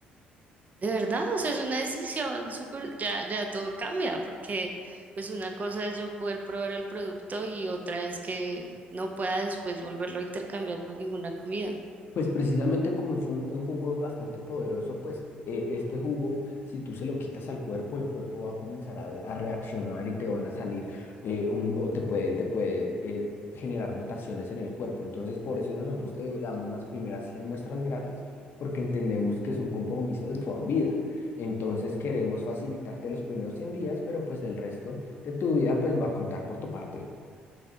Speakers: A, on the right; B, on the left.
A: De verdad, o sea, es una decisión súper, ya, ya todo cambia, porque pues una cosa es yo poder probar el producto y otra es que no pueda después volverlo a intercambiar con ninguna comida.
B: Pues precisamente como es un, un jugo bastante poderoso, pues eh, este jugo, si tú se lo quitas al cuerpo, el cuerpo va a comenzar a, a reaccionar y te van a salir, eh, un- o te puede, te puede eh, generar mutaciones en el cuerpo. Entonces, por eso nosotros te damos las primeras 100 muestras gratis, porque entendemos que es un compromiso de por vida. Entonces, queremos facilitarte los primeros 100 días, pero pues del resto de tu vida, pues va a contar por tu parte.